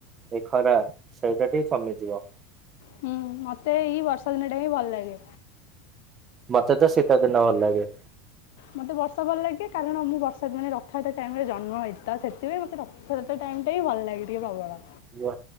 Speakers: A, on the right; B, on the left.
A: ଏ ଖରା ସେଇଟା ଟିକେ କମିଯିବ।
B: ହୁଁ ମତେ ଏଇ ବର୍ଷା ଦିନ ଟା ହିଁ ଭଲ ଲାଗେ।
A: ମତେ ତ ଶୀତଦିନ ଭଲ ଲାଗେ।
B: ମତେ ବର୍ଷା ଭଲ ଲାଗେ କାରଣ ମୁଁ ବର୍ଷା ମାନେ ରଥଯାତ୍ରା ଟାଇମରେ ଜନ୍ମ ହେଇଥିଲା ତ ସେଇଥି ପାଇଁ ମତେ ରଥଯାତ୍ରା ଟାଇମଟା ହି ଭଲ ଲାଗେ ଟିକେଏ ପ୍ରବଳ।
A: ହୁଆ।